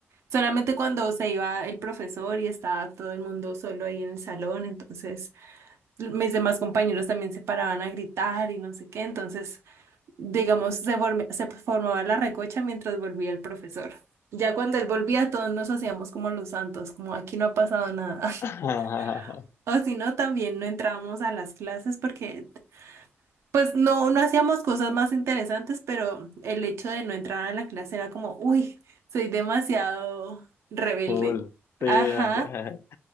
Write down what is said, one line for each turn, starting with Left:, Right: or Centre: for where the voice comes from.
Right: solamente cuando se iba el profesor y estaba todo el mundo solo ahí en el salón, entonces... mis demás compañeros también se paraban a gritar y no sé qué, entonces, digamos, se, forme- se formaba la recocha mientras volvía el profesor. Ya cuando él volvía, todos nos hacíamos como los santos, como aquí no ha pasado nada. <laughs>
Left: <laughs>
Right: O si no, también no entrábamos a las clases porque, pues, no, no hacíamos cosas más interesantes, pero el hecho de no entrar a la clase era como, uy, soy demasiado rebelde.
Left: Full. Sí,
Right: Ajá.
Left: o sea.